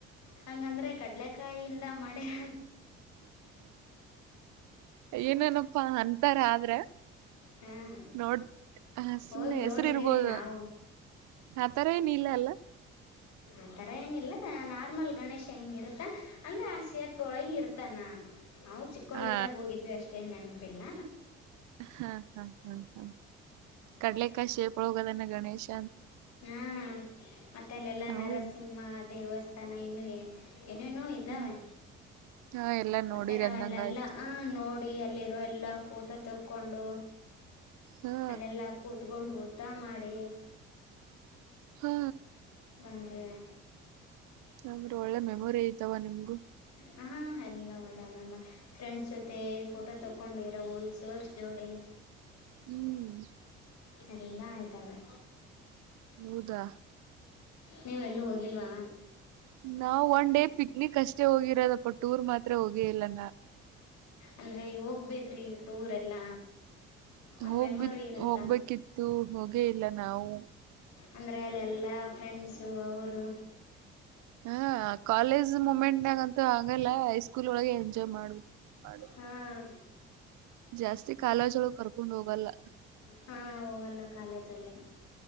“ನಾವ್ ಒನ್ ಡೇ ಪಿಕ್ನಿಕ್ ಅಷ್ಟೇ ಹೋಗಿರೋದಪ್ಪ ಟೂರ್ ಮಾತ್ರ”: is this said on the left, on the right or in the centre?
Right